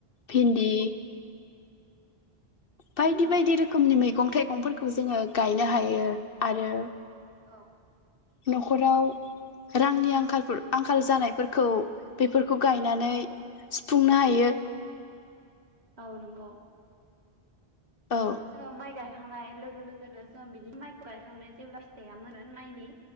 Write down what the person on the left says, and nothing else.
भिन्दि बायदि
बायदि रोखोमनि मैगं थाइगंफोरखौ खौ जोङो गायनो हायो आरो।
न'खराव। रांनि आंखालफोर आंखा खाल जानायफोरखौ बेफोरखौ गायनानै सुफुंनो हायो।
औ